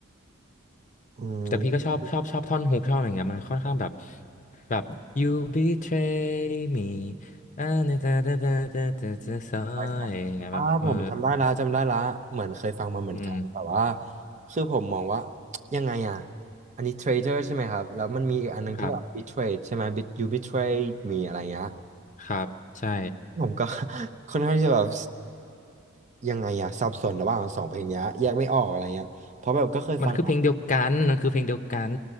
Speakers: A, on the right; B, on the left.
A: อื
B: แต่พี่ก็ชอบชอบชอบท่อนฮุกชอบอะไรเงี้ยมันค่อนข้างแบบ
A: ม
B: แบบ you betray me อ่าเนตาตาตาตาตาตาซอยอย่างเงี้ยแบบเออ
A: ร้แท้อ่าผมจำได้ละจำได้ละเหมือนเคยฟังมาเหมือนกันแต่ว่า
B: อืม
A: คือผมมองว่ายังไงอ่ะอันนี้เทรดเดอร์ใช่ไหมครับ แล้วมันมีอีกอันนึงที่แบบบิทเทรดใช่ไหมบิทยูบิทเทรดมีอะไรเงี้ย
B: ครับครับใช่
A: ผมก็ <laughs> ค่อนข้างที่จะแบบยังไงอะสับสนระหว่างสองเพลงเนี้ยแยกไม่ออกอะไรเงี้ย เพราะแบบก็เคยฟังมา
B: มันคือเพลงเดียวกันมันคือเพลงเดียวกัน